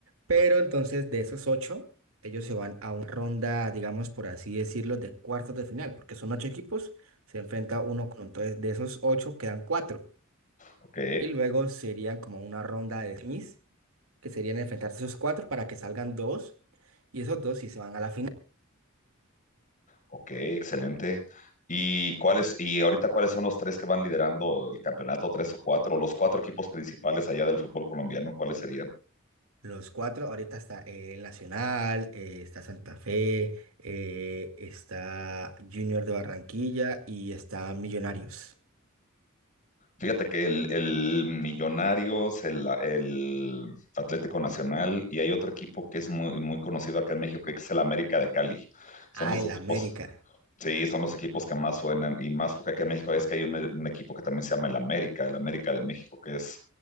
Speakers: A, on the right; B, on the left.
A: Pero entonces, de esos ocho, ellos se van a una ronda, digamos, por así decirlo, de cuartos de final, porque son ocho equipos, se enfrenta uno con entonces de esos ocho quedan cuatro.
B: Ok,
A: Y luego serían como una ronda de semis, que serían enfrentarse esos cuatro para que salgan dos, y esos dos sí se van a la final.
B: ok, excelente. ¿Y cuáles, y ahorita cuáles son los tres que van liderando el campeonato, tres o cuatro, los cuatro equipos principales allá del fútbol colombiano, cuáles serían?
A: Los cuatro, ahorita está eh, el Nacional, eh, está Santa Fe, eh, está Junior de Barranquilla y está Millonarios.
B: Fíjate que el, el Millonarios, el, el Atlético Nacional, y hay otro equipo que es muy, muy conocido acá en México, que es el América de Cali. Son
A: Ah,
B: los
A: el
B: equipos.
A: América.
B: Sí, son los equipos que más suenan y más porque acá en México es que hay un, un equipo que también se llama el América, el América de México, que es,